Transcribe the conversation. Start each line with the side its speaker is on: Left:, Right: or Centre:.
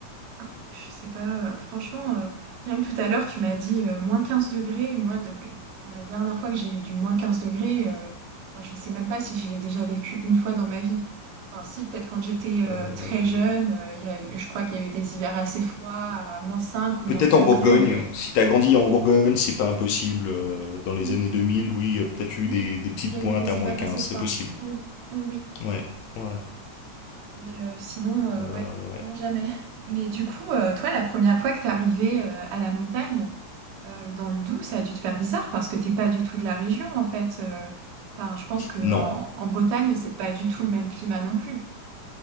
Right: Ah, Je sais pas, euh, franchement, euh, rien que tout à l'heure, tu m'as dit euh, moins 15 degrés. Moi, de- enfin, la dernière fois que j'ai eu du moins 15 degrés, euh, enfin, je sais même pas si je l'ai déjà vécu une fois dans ma vie. Enfin, si, peut-être quand j'étais euh,
Left: Euh,
Right: très jeune, euh, il y a eu- je crois qu'il y a eu des hivers assez froids, à moins 5 ou
Left: peut-être
Right: moins dix
Left: en
Right: degrés,
Left: Bourgogne.
Right: mais...
Left: Si t'as grandi en Bourgogne, c'est pas impossible. Euh, dans les
Right: Oui,
Left: années deux mille oui, il y a peut-être eu
Right: oui,
Left: des, des petites
Right: il y a
Left: pointes
Right: eu des
Left: à moins
Right: hivers
Left: quinze
Right: assez froids.
Left: c'est possible.
Right: Oui, oui, oui.
Left: Ouais, ouais,
Right: Mais euh, sinon, euh,
Left: euh,
Right: ouais,
Left: ouais.
Right: non, jamais. Mais du coup, euh, toi, la première fois que t'es arrivé à la montagne, Euh, dans le Doubs, ça a dû te faire bizarre parce que t'es pas du tout de la région en fait. Euh, Enfin, je pense que en,
Left: Non,
Right: en Bretagne, c'est pas du tout le même climat non plus.